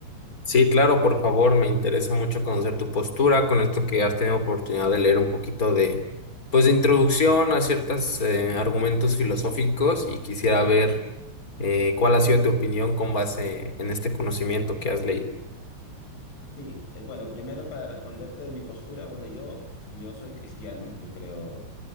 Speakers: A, on the left (about 20°); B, on the left (about 90°).
A: Sí, claro, por favor, me interesa mucho conocer tu postura con esto que has tenido oportunidad de leer un poquito de, pues, de introducción a ciertos argumentos filosóficos y quisiera ver eh, cuál ha sido tu opinión con base en este conocimiento que has leído.
B: Sí, eh, bueno, primero para responderte de mi postura, bueno, yo, yo soy cristiano, yo creo